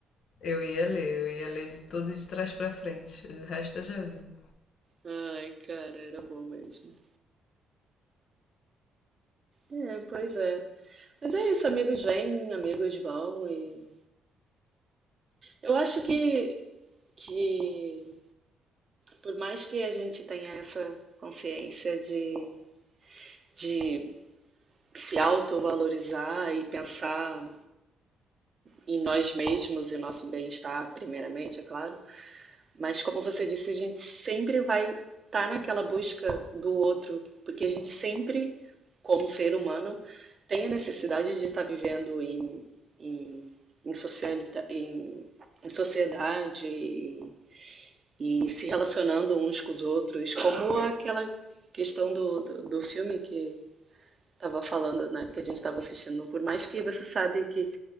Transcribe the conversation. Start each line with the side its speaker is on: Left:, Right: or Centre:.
Left: eu ia ler, eu ia ler de tudo de trás pra frente. O resto eu já vi.
Right: Ai, cara, era bom mesmo. É, pois é. Mas é isso, amigos vêm, amigos vão e eu acho que que por mais que a gente tenha essa consciência de, de se autovalorizar e pensar em nós mesmos e nosso bem-estar primeiramente, é claro, Mas como você disse, a gente sempre vai estar naquela busca do outro, porque a gente sempre, como ser humano, tem a necessidade de estar vivendo em, em, em, socialita- em- em sociedade e, e se relacionando uns com os outros, como aquela questão do, do, do filme que estava falando, né, que a gente estava assistindo. Por mais que você sabe que